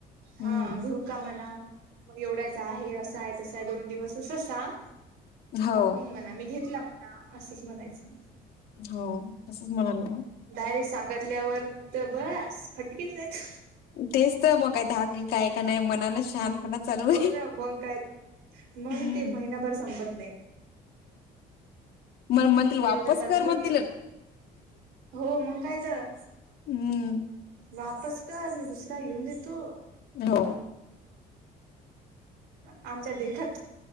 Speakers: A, on the left; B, on the right.
A: हम्म
B: हा घेऊ का म्हणा मग एवढ्याच आहे असा आहे तसा आहे दोन दिवस असं सांग
A: हो
B: मग म्हणा मी घेतला म्हणां असंच म्हणायचं.
A: हो तसचं म्हणालाय.
B: डायरेक्ट सांगितल्यावर तर बस फटकेच देत.
A: तेच तर मग काय धाक बीक आहे का नाही मनानं शहानपणा चालू
B: हो
A: आहे
B: ना मंग काय मंग
A: हम्म
B: ते महिनाभर संपत नाही.
A: मला म्हणतील वापस
B: एकदा चालू
A: कर
B: झालं
A: म्हणतीलं.
B: की हो मंग कायतर
A: हम्म.
B: वापस कर मी दुसरा घेऊन देतो.
A: हो.
B: आमच्या देखात